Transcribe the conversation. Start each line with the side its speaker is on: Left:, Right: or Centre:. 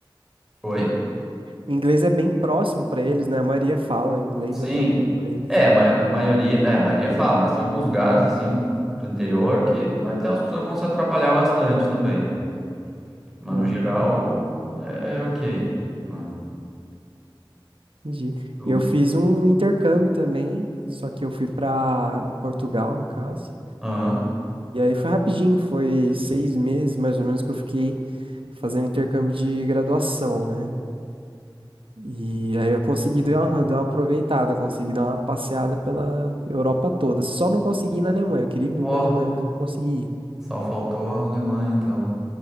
Centre: Foi?
Right: O inglês é bem próximo pra eles, né? A maioria fala inglês,
Centre: Sim.
Right: é tranquilo pra eles,
Centre: É,
Right: né?
Centre: a ma maioria, é, a maioria fala, mas tem alguns lugares, assim, pro, pro interior que vai ter umas pessoas que vão se atrapalhar bastante também. Mas
Right: Aham,
Centre: no geral, é, é ok. né?
Right: entendi.
Centre: Tu,
Right: Eu fiz um intercâmbio também, só que eu fui pra Portugal, no caso.
Centre: ah,
Right: E aí foi rapidinho, foi seis meses mais ou menos que eu fiquei fazendo intercâmbio de graduação, né? E aí eu consegui dar uma, dar uma aproveitada, consegui dar uma passeada pela Europa toda. Só não consegui ir na Alemanha. Eu queria ir muito
Centre: pô,
Right: na Alemanha, mas não consegui ir.
Centre: só faltou a Alemanha, então.